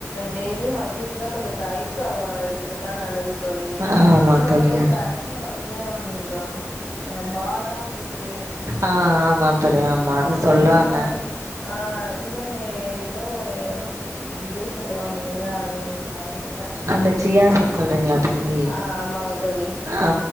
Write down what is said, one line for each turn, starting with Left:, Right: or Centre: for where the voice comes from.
Left: டெய்லியு மத்தியதுல கொஞ்சம் தயிர் சாதம் எடுத்துக்கிட்டா நல்லது தோழி
Right: ஆமா
Left: இன்னொண்ணு
Right: தோழி ஆ
Left: கடையில வந்து இந்த பாதாம் பிசின்
Right: ஆ ஆமா தோழி ஆமா அது
Left: அப்புறம்
Right: சொல்ராங்க
Left: இன்னொன் ஆ இன்னொன்னு ஏதோ ஒரு விதை சொல்லுவாங்க இல்லையா அது மறந்துட்டேன்
Right: அந்த சியாசீட் சொல்றீங்களா தோழி
Left: ஆ ஆமாங்க தோழி
Right: ஆ